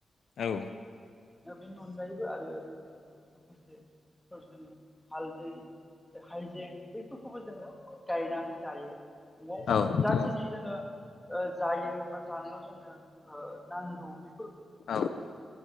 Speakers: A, on the left; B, in the centre.
A: औ।
B: दा बेनि अनगायैबो आरो ओ माखासे फोर जोङो हालदै हायजें बैफोरखौबो जोङो गायनानै लायो। न'आव
A: औ नोंथां
B: जाखिनि
A: औ
B: जोङो ओ जायो बा जानायाव ज जोंनो ओ नांगौ बेफोरख
A: औ
B: जोङो